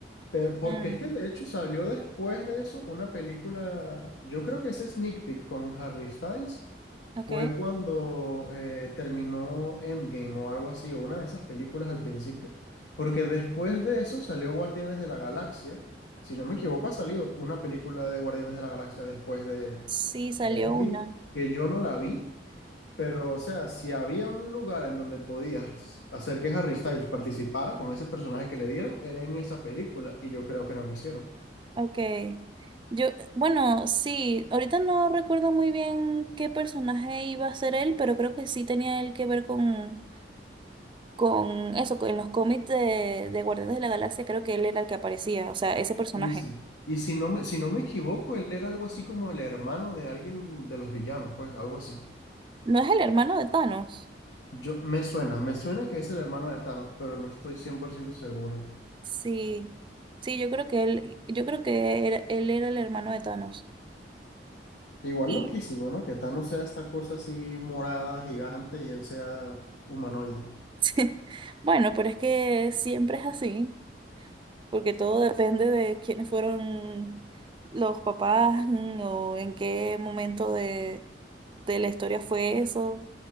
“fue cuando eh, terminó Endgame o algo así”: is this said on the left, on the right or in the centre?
Left